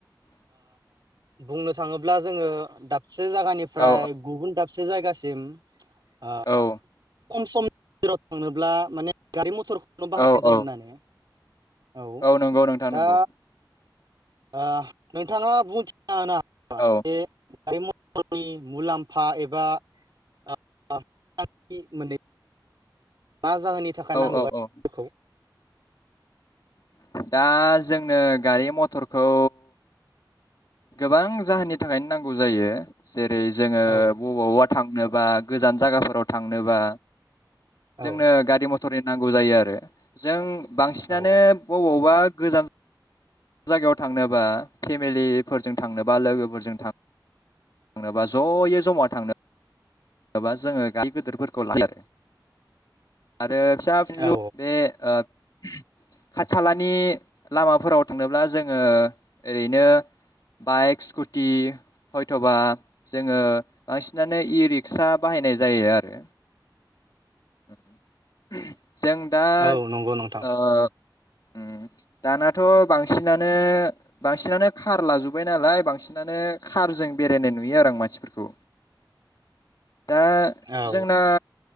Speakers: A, on the right; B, on the left.
A: बुंनो थाङोब्ला जोङो दाबसे जागानिफ्राय
B: औ
A: गुबुन दाबस से जायगासिम ओ
B: औ
A: खम सम गेजेराव थांनोब्ला माने गारि मथर नो बाहायनाय
B: औ
A: जायो
B: औ
A: होननानै औ
B: नंगौ नोंथां
A: दा
B: नंगौ
A: ओ नोंथाङा बुंथि आ होनो बा
B: औ
A: बे गारि म मथरनि मुलाम्फा एबा ओ ओ मोननै मा जाहोननि थाखाय
B: औ
A: नांगौ
B: औ
A: गारि
B: औ
A: मथरखौ
B: दा जोंनो गारि-मथरखौ गोबां जाहोननि थाखायनो नांगौ जायो। जेरै जोङो
A: औ
B: बबावबा थांनोबा गोजान जायगाफोराव थांनोबा जोंनो
A: औ
B: गारि मथरनि नांगौ जायो आरो जों बांसिनानो
A: औ
B: बबावबा गोजान जायगायाव थांनोबा फेमिलिफोरजों थांनोबा लोगोफोरजों थां थांनोबा ज'यै जमा थांनो बा जोङो गारि गिदिरफोरखौ लायो आरो आरो फिसा फिनलु
A: औ
B: बे खाथि खालानि लामाफोराव थांनोब्ला जोङो ओरैनो बाइक स्कुटि हयथ'बा जोङो बांसिनानो इ रिक्सा बाहायनाय जायो आरो <unintelligible> जों दा
A: औ नंगौ नोंथां
B: ओ उम दानाथ' बांसिनानो बांसिनानो खार लाजुब्बाय नालाय बांसिनानो खारजों बेरायनाय नुयो आरो आं मानसिफोरखौ दा
A: औ
B: जोंना